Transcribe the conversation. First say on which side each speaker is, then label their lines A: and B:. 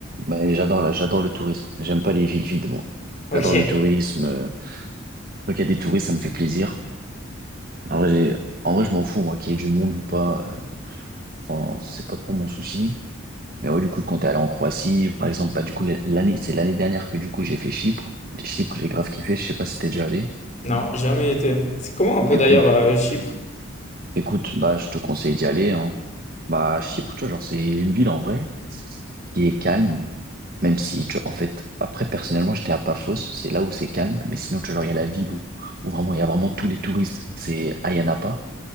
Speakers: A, on the right (about 45°); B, on the left (about 35°).
A: Mais j'adore là, j'adore le tourisme. J'aime pas les villes vides, moi.
B: Ok.
A: J'adore le tourisme. euh, Quand il y a des touristes, ça me fait plaisir. En vrai, j'ai- en vrai, je m'en fous, moi, qu'il y ait du monde ou pas. euh, Enfin, c'est pas trop mon souci. Mais ouais, du coup, quand t'es allé en Croatie, par exemple, bah, du coup, l'année, c'est l'année dernière que, du coup, j'ai fait Chypre. Chypre, j'ai grave kiffé. Je sais pas si t'es déjà allé.
B: Non, jamais été. C'est comment un peu
A: Écoute,
B: d'ailleurs euh, Chypre?
A: Écoute, bah, je te conseille d'y aller, hein. Bah, Chypre, tu vois, genre, c'est une ville en vrai qui est calme, même si, tu vois, en fait, après, personnellement, j'étais à Paphos, c'est là où c'est calme, mais sinon, tu vois, genre, il y a la ville où, où vraiment, il y a vraiment tous les touristes, c'est Ayia Napa,